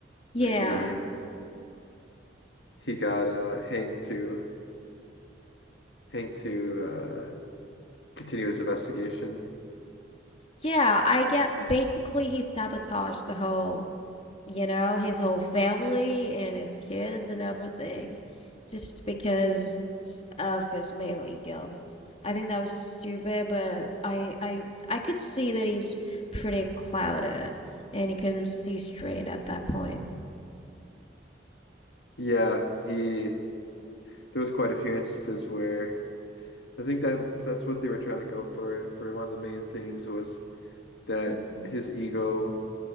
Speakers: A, on the left; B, on the left.
A: yeah,
B: that he he got uh Hank to Hank to uh continue his investigation.
A: yeah. I get basically he sabotaged the whole you know, his whole family and his kids and everything, just because of his male ego. I think that was stupid, but I I I could see that he's pretty clouded and he couldn't see straight at that point.
B: Yeah, he there was quite a few instances where I think that that's what they were trying to go for for one of the main themes was that
A: hmm
B: his ego